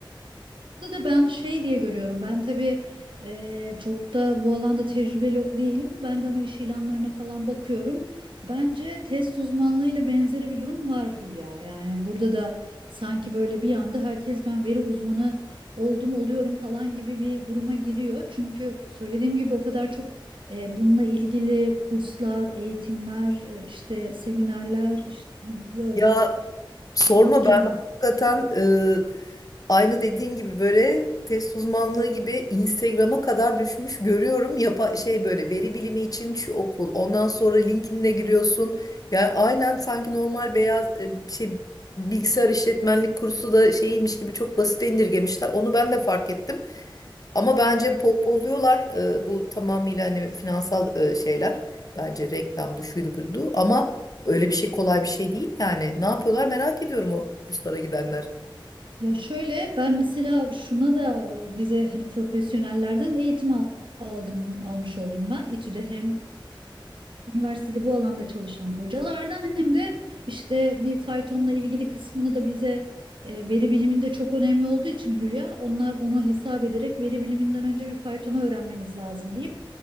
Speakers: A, on the right; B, on the left.
A: Burada da ben şey diye görüyorum. Ben tabii eee, çok da bu alanda tecrübeli değilim. Ben de ama iş ilanlarına falan bakıyorum. Bence test uzmanlığıyla benzeri bir durum var Hülya. Yani burada da sanki böyle bir anda herkes ben veri uzmanı oldum oluyorum falan gibi bir duruma giriyor. Çünkü söylediğim gibi o kadar çok eee, bununla ilgili kurslar, eğitimler, eee, işte seminerler, işte, bu- eee,
B: Ya Sorma
A: bootcamp'ler
B: ben hakikaten e, aynı dediğin gibi böyle test uzmanlığı gibi Instagram'a kadar düşmüş görüyorum. Yapa şey böyle veri bilimi için şu okul. Ondan sonra LinkedIn'e giriyorsun. Yani aynen sanki normal beyaz e, şey bilgisayar işletmenlik kursu da şeymiş gibi çok basite indirgemişler. Onu ben de fark ettim. Ama bence pohpohluyorlar e, bu tamamıyla hani finansal e, şeyler. Bence reklamdı şuydu buydu ama öyle bir şey kolay bir şey değil yani. Ne yapıyorlar merak ediyorum o kurslara gidenler.
A: Ya şöyle ben mesela şuna da e, bize hani profesyonellerden eğitim al- aldım almış oldum ben. İTÜ'de hem üniversitede bu alanda çalışan hocalardan hem de işte bir faytonla ilgili kısmını da bize e, veri biliminde çok önemli olduğu için Hülya onlar onu hesap ederek veri biliminden önce bir faytonu öğrenmeniz lazım deyip